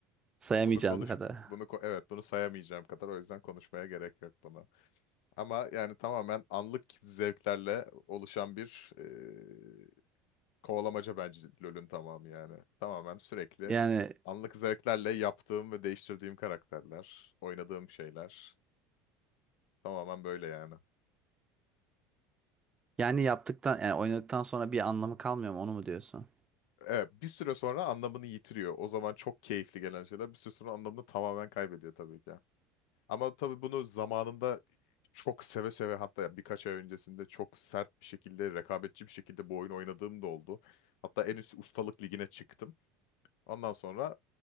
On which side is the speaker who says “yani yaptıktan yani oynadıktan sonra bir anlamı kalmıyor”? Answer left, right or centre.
Right